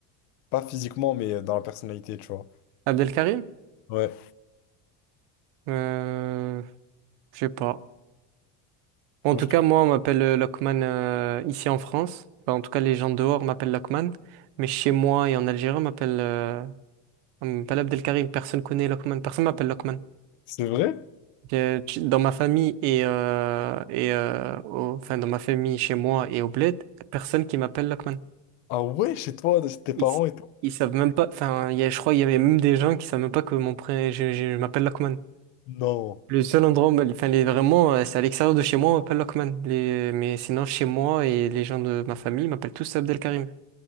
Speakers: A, on the left (about 80°); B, on the right (about 70°).
A: Pas physiquement, mais euh, dans la personnalité, tu vois.
B: Abdelkarim?
A: Ouais.
B: Euh, je sais pas. Bon, En
A: Moi,
B: tout
A: je
B: cas,
A: trouve.
B: moi, on m'appelle euh, Lokman euh, ici en France. Enfin, en tout cas, les gens dehors m'appellent Lokman. Mais chez moi et en Algérie, on m'appelle euh, on m'appelle Abdelkarim. Personne connaît Lokman. Personne m'appelle Lokman.
A: C'est vrai?
B: Euh, tu- Dans ma famille et, euh, et euh, au- enfin, dans ma famille, chez moi et au bled, personne qui m'appelle Lokman.
A: Ah ouais, chez toi, de- tes parents
B: Ils, s-
A: et tout?
B: ils savent même pas. Enfin, il y a- je crois qu'il y avait même des gens qui savent même pas que mon pré... je, je- je m'appelle Lokman.
A: Non.
B: Le seul endroit, où- enfin, les, vraiment, euh, c'est à l'extérieur de chez moi, on m'appelle Lokman. Les- mais sinon, chez moi et les gens de ma famille m'appellent tous Abdelkarim.